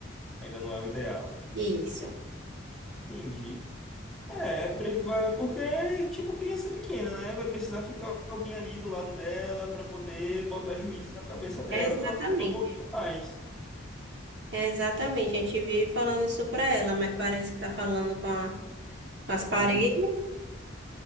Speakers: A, in the centre; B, on the right.
A: Ainda não é o ideal.
B: Isso,
A: Entendi. É, pre- vai- porque é tipo criança pequena, né? Vai precisar ficar alguém ali do lado dela para poder botar juízo na cabeça dela
B: exatamente.
A: para ela ter um pouquinho mais.
B: É, exatamente, a gente vive falando isso pra ela, mas parece que tá falando com, a- com as paredes.
A: É, cri-